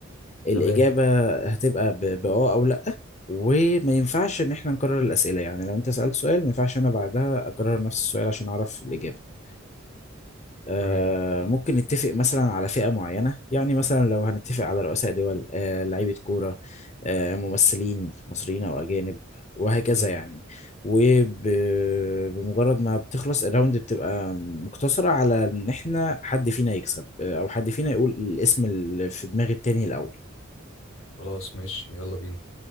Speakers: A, on the left; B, on the left.
A: الإجابة
B: تمام
A: هتبقى ب- بأه أو لأ وما ينفعش إن إحنا نكرر الأسئلة يعني لو أنت سألت سؤال ما ينفعش أنا بعدها أكرر نفس السؤال عشان أعرف الإجابة آه،
B: تمام
A: ممكن نتفق مثلا على فئة معينة يعني مثلا لو هنتفق على رؤساء دول آه، لعيبة كورة آه، ممثلين مصريين أو أجانب وهكذا
B: مم.
A: يعني وبمجرد ما بتخلص الراوند بتبقى مقتصرة على إن إحنا حد فينا يكسب آه، أو حد فينا يقول الاسم اللي في دماغ التاني الأول
B: خلاص ماشي يلا بينا